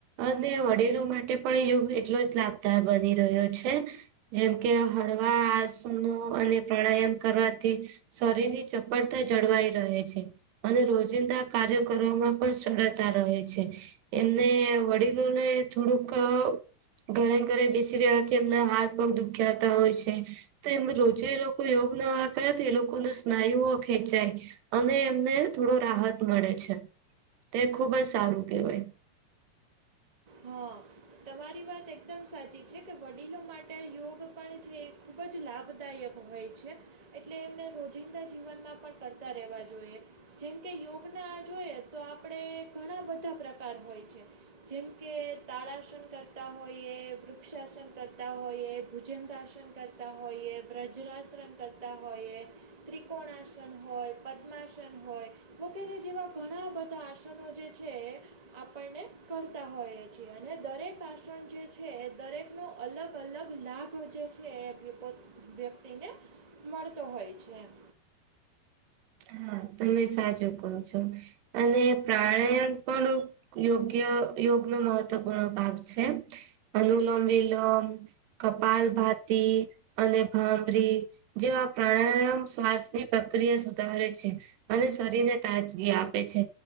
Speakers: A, on the right; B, on the right.
A: અને વડીલો માટે પણ યોગ એટલો જ લાભદાર બની રહ્યો છે. જેમ કે હળવા આસનો અને પ્રાણાયામ કરવાથી. શરીરની ચપળતા જળવાઈ રહે છે. અને રોજિંદા કાર્યો કરવામાં પણ સરળતા રહે છે. એમને વડીલોને થોડુંક ઘરે ઘરે બેસી રહેવાથી એમના હાથ બહુ દુખ્યાતા હોય છે. તો એમ રોજે એ લોકો યોગ નવા કરે તો એ લોકોને સ્નાયુઓ ખેંચાય. અને એમને થોડો રાહત મળે છે. તે ખુબ જ સારું કહેવાય.
B: હહ તમારી વાત એકદમ સાચી છે કે વડીલો માટે યોગ પણ જે ખૂબ જ લાભદાયક હોય છે. એટલે એમને રોજિંદા જીવનમાં પણ કરતા રહેવા જોઈએ. જેમ કે યોગના આ જોઈએ તો આપડે ઘણા બધા પ્રકાર હોય છે. જેમ કે તાળાસન કરતા હોઈએ, વૃક્ષાસન કરતા હોઈએ, ભુજંગાસન કર તા હોઈએ, વજ્રાસન કરતા હોઈએ. ત્રિકોણાસન હોય, પદ્માસન હોય. વગેરે જેવા ઘણા બધા આસનો જે છે એ આપણને કર તા હોઈએ છીએ. અને દરેક આસન જે છે એ દરેકનો અલગ અલગ લાભ જે છે એ પોત વ્યક્તિને મળતો હોય છે એમ.
A: હા તમે સાચું કહો છો. અને પ્રાણાયામ પણ યોગ્ય યોગનો મહત્વપૂર્ણ ભાગ છે. અનુલોમ વિલોમ કપાલભાતી. અને ભાભરી જેવા પ્રાણાયામ શ્વાસની પ્રક્રિયા સુધારે છે. અને શરીરને તાજગી આપે છે.